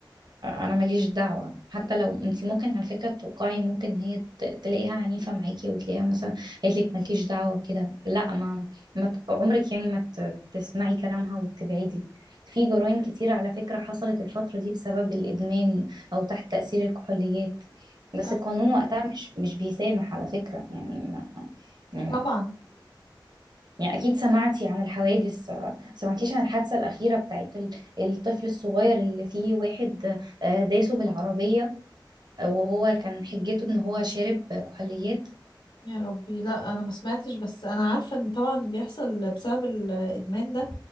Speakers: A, on the right; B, on the left.
A: انا ماليش دعوه حتى لو انت ممكن على فكره توقعي ممكن هي ت- تلاقيها عنيفه معاكي وتلاقيها مثلا قالت لك مالكيش دعوه وكده لا ما, ما ت- عمرك يعني ما ت- تسمعي كلامها وتبعدي في جرائم كتير على فكره حصلت الفتره دي بسبب الادمان او تحت تاثير الكحوليات بس
B: صح
A: القانون وقتها مش مش بيسامح على فكره يعني ما يعني
B: طبعا
A: يعني أكيد سمعتي عن الحوادث آه، سمعتيش عن الحادثة الأخيرة بتاعت ال- الطفل الصغير اللي فيه واحد آه، داسه بالعربية آه، وهو كان حجته إن هو شارب كحوليات
B: يا ربي لا أنا ما سمعتش بس أنا عارفة إن طبعا بيحصل بسبب الإدمان ده